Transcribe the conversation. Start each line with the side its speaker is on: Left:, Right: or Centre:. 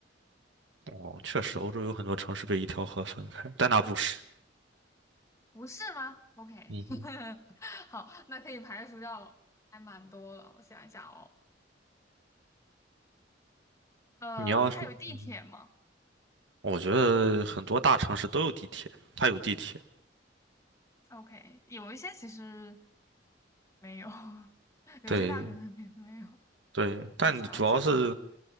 Right: 哦，确实，欧洲有很多城市被一条河分开，但那不是。
Left: 不是吗？OK，
Right: 嗯哼，
Left: <laughs> 好，那可以排除掉了，还蛮多了。我想一想哦，呃，
Right: 你要是，
Left: 它有地铁吗
Right: 嗯哼，我觉得很多大城市都有地铁，它有地铁。
Left: ？OK，有一些其实没有，<laughs> 有些大城市并没有。
Right: 对对，但主要是，
Left: 我想一想啊，